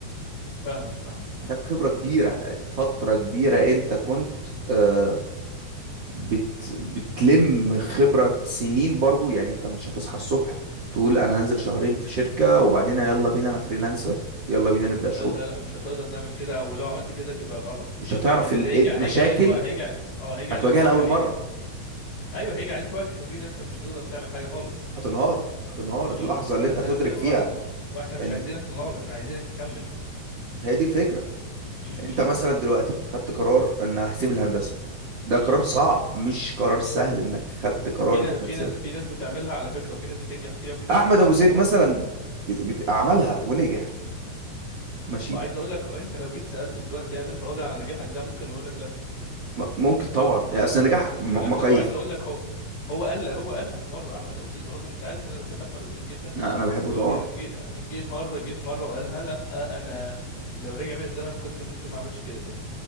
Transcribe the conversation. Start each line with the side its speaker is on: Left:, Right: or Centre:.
Left: فاهمك فاهمك
Right: محتاج خبرة كبيرة فترة كبيرة انت كنت آه، بت بتلم خبرة سنين برضو يعني انت مش هتصحى الصبح تقول انا هنزل شهرين في شركة وبعدين يلا بينا انا فريلانسر يلا بينا نبدأ
Left: لا
Right: شغل
Left: لا لا مش هتقدر تعمل كده ولو عملت كده تبقى غلط
Right: مش هتعرف
Left: لان انت
Right: ال-
Left: هيجي
Right: المشاكل
Left: هيجي عليك وقت هيجي اه هيجي عليك
Right: هتواجهها
Left: وقتك
Right: لأول
Left: هيجي
Right: مرة
Left: ايوه هيجي عليك وقت كفريلانسر مش هتقدر تعمل حاجه خالص
Right: هتنهار هتنهار
Left: امم
Right: اللحظة اللي
Left: فانت
Right: انت هتدرك
Left: س- واحنا
Right: فيها
Left: واحنا مش
Right: ان
Left: عايزينك تنهار احنا عايزينك تكمل
Right: هي دي الفكرة
Left: امم امم
Right: انت مثلا دلوقتي خدت قرار ان هسيب الهندسة ده
Left: امم.
Right: قرار صعب مش قرار سهل انك خدت
Left: وفي
Right: قرار
Left: ناس
Right: انك
Left: في
Right: هتسيبها
Left: ناس في ناس بتعملها على فكره وفي ناس بتنجح فيها وفي ناس
Right: احمد
Left: مش بتنجح
Right: ابو زيد
Left: خالص
Right: مثلا بت- بت- عملها ونجح ماشي
Left: وعايز اقول لك انت لو جيت سالته دلوقتي هل انت راضي على نجاحك ده ممكن يقول لك لا.
Right: م- ممكن طبعا يعني اصل النجاح
Left: ممكن
Right: م-
Left: يقول لك
Right: مقاييس
Left: لا وعايز اقول لك هو هو قال هو قالها في مره احمد ابو زيد بالرغم ان انت عارف ان انا بحب احمد ابو زيد جدا
Right: انا أنا بحبه
Left: بس هو
Right: طبعا
Left: جه جه جه مره جه في مره وقالها لا انا لو رجع بيا الزمن كنت ممكن ما اعملش كده تاني